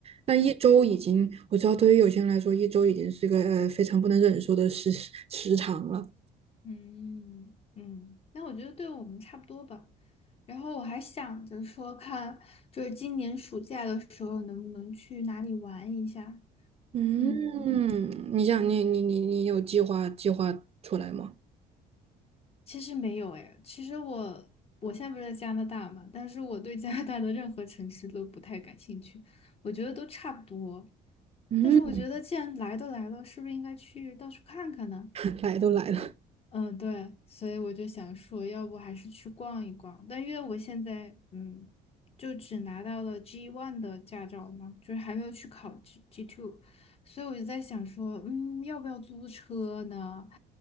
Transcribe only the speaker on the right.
但一周已经，我知道对于有些人来说，一周已经是一个呃非常不能忍受的时时长了。
嗯，
你想你你你你有计划计划出来吗？
嗯，
<laughs> 来都来了。